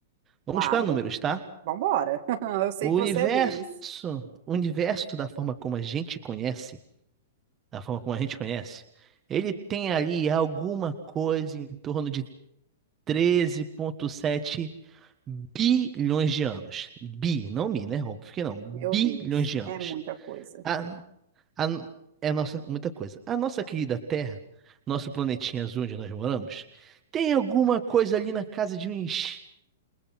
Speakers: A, on the right; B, on the right.
A: Vamos
B: Claro,
A: para números, tá?
B: vambora. <laughs> Eu sei
A: O
B: que
A: universo,
B: você é deles.
A: o universo da forma como a gente conhece da forma como a gente conhece, ele tem ali alguma coisa em torno de treze vírgula sete bilhões de anos. Bi, não mi, né? Óbvio que não. Bilhões
B: Meu Deus,
A: de anos.
B: é muita coisa.
A: A, a, é nossa, muita coisa. A nossa querida Terra, nosso planetinha azul onde nós moramos, tem alguma coisa ali na casa de uns